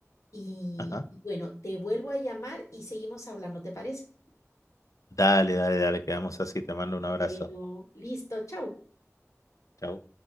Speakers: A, on the left; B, on the left.
A: Y
B: Ajá.
A: y bueno, te vuelvo a llamar y seguimos hablando, ¿te parece?
B: Dale, dale, dale, quedamos así. Te mando un abrazo.
A: Bueno, listo, chao
B: Chau.